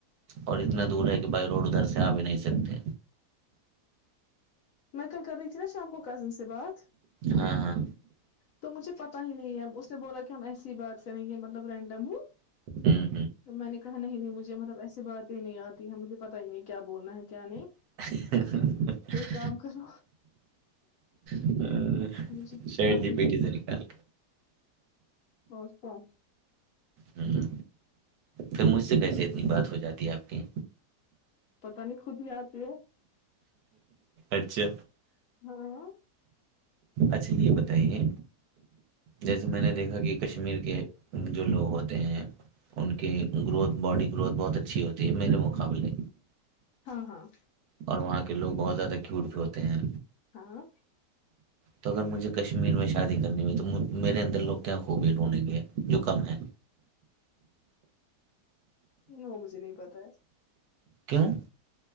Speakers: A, on the right; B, on the left.
A: اور اتنا دور ہے کہ بائی روڈ ادھر سے آ بھی نہیں سکتے
B: میں کل کر رہی ت ن شامکو کزن سے بات
A: ہاں ہاں
B: تمن چ پت ہی نہیں ہے اس نے بولا کی ای بات کریں گے مطلب رینڈم ہ
A: ہوں
B: تو میں نے کہا نہیں نہیں مجھے مطلب ایسی باتیں نہیں آتی ہے مجھے پتا ہی نہیں کیا بولنا ہے کیا نے
A: <inaudible>
B: کام کرو
A: ہوں
B: سے
A: چیٹ
B: آ
A: جی پی ٹی سے نکال
B: اورتا
A: ہ پھر مجھ سے کیسے اتنی بات ہو جاتی آپ کی
B: پتہ نہیں خود ہی آتے ہیں
A: اچھا
B: ہاں
A: اچھا یہ بتائیے جیسے میں نے دیکھا کہ کشمیر کے جو لوگ ہوتے ہیں ان کے گروتھ باڈی گروتھ بہت اچھی ہوتی ہے میرے مقابلے
B: ہ ہاں
A: اور وہاں کے لوگ بہت زیادہ کیوٹ بھی ہوتے ہیں
B: ہاں
A: تو اگر مجھے کشمیر میں شادی کرنی ہو تو میرے اندر لوگ کیا خوبی ڈھونڈیں گے جو کم ہے
B: وہ مجھے نہیں پتا ہے
A: کیوں